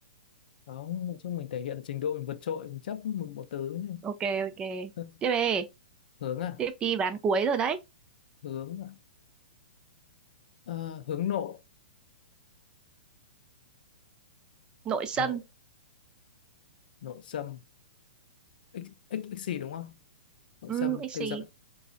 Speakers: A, on the left; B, on the right.
A: không nói chung mình thể hiện trình độ mình vượt trội mình chấp một một từ ấy.
B: Ok, ok.
A: <laughs>
B: Tiếp đi,
A: hướng à
B: tiếp đi ván cuối rồi đấy.
A: hướng à Ờ, hướng nội
B: Nội xâm.
A: nội nội xâm x x x gì đúng không nội
B: Ừ,
A: xâm
B: ích
A: từ
B: xì.
A: dập